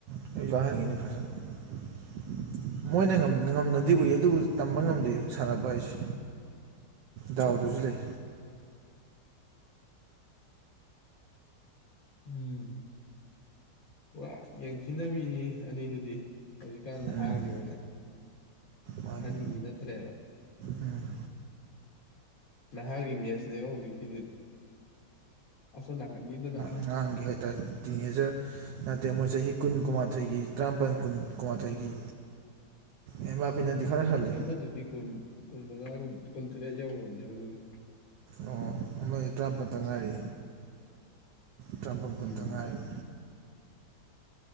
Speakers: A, on the right; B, on the left.
A: <inaudible> ꯃꯣꯏꯅ ꯉꯝꯅ ꯉꯝꯅꯗꯤ ꯎꯏ
B: ꯎꯝ
A: ꯑꯗꯨꯕꯨ ꯇꯝꯕ ꯉꯝꯗꯦ꯫ ꯁꯥꯟꯅꯕ ꯍꯥꯏꯁꯦ ꯗꯥꯎꯗꯖꯨ ꯂꯩ꯫
B: ꯎꯝ ꯄꯨꯔꯥ ꯌꯦꯡꯊꯤꯟꯅꯕꯤꯅꯤ ꯑꯅꯤꯗꯨꯗꯤ꯫ ꯍꯧꯖꯤꯛꯀꯥꯟ ꯅꯍꯥꯒꯤ
A: ꯎꯝ
B: ꯑꯣꯏꯅ
A: ꯃꯥꯅꯤ
B: ꯑꯍꯟꯒꯤ ꯅꯠꯇ꯭ꯔꯦꯕ꯫
A: ꯎꯝ
B: ꯅꯍꯥꯒꯤ ꯃꯦꯠꯁꯅꯦꯕ ꯍꯧꯖꯤꯛꯀꯤꯗꯨꯗꯤ꯫ ꯑꯁꯣꯝ ꯅꯀꯟ ꯒꯤꯗꯨꯅ
A: <unintelligible> ꯇ ꯇꯤꯅꯦꯖꯔ ꯅꯠꯇꯦ ꯃꯣꯏ ꯆꯍꯤ ꯀꯨꯟ ꯀꯨꯟꯃꯥꯊꯣꯏꯒꯤ ꯇꯔꯥꯃꯥꯄꯟ ꯀꯨꯟ ꯀꯨꯟꯃꯥꯊꯣꯏꯒꯤ ꯑꯦꯝꯕꯥꯄꯦꯅꯗꯤ ꯈꯔ ꯍꯜꯂꯦ꯫
B: ꯑꯗꯨꯗꯤ ꯀꯨꯟ꯫ ꯀꯨꯟ ꯃꯉꯥꯒꯨꯝ ꯀꯨꯟꯇꯔꯦꯠ ꯌꯧꯒ꯭ꯔꯕꯅꯦ ꯑꯗꯨꯗꯤ꯫
A: ꯑꯣ ꯑꯃꯗꯤ ꯇꯔꯥꯄꯟꯗꯪ ꯉꯥꯏꯔꯤ ꯇꯔꯥꯄꯜ
B: ꯎꯝ
A: ꯀꯨꯟꯇ ꯉꯥꯏꯔꯤ꯫